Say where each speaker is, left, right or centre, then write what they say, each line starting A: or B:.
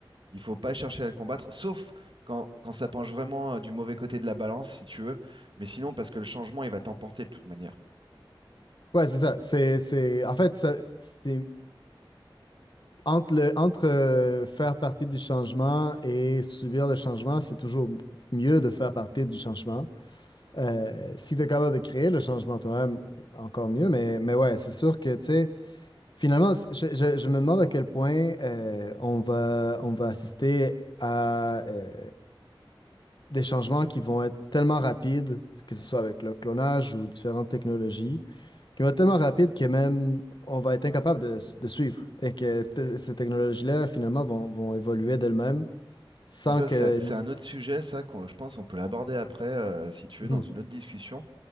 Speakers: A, on the right; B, on the left.
A: Il faut pas chercher à le combattre, sauf quand, quand ça penche vraiment euh, du mauvais côté de la balance, si tu veux. Mais sinon, parce que le changement, il va t'emporter de toute manière.
B: Ouais, c'est ça. C'est, c'est, en fait, ça, c'est entre le, entre euh, faire partie du changement et subir le changement, c'est toujours m- mieux de faire partie du changement. Euh, si tu es capable de créer le changement toi-même, encore mieux. Mais, mais ouais, c'est sûr que, tu sais, finalement, c- je, je- je me demande à quel point euh, on va, on va assister à euh, des changements qui vont être tellement rapides, que ce soit avec le clonage ou différentes technologies, qui vont être tellement rapides que même on va être incapable de, de suivre et que t- ces technologies-là, finalement, vont, vont évoluer d'elles-mêmes sans
A: Ça,
B: que...
A: c'est c'est un autre sujet, ça, qu'on, je pense qu'on peut l'aborder après, euh, si tu
B: Mhm,
A: veux, dans une autre discussion.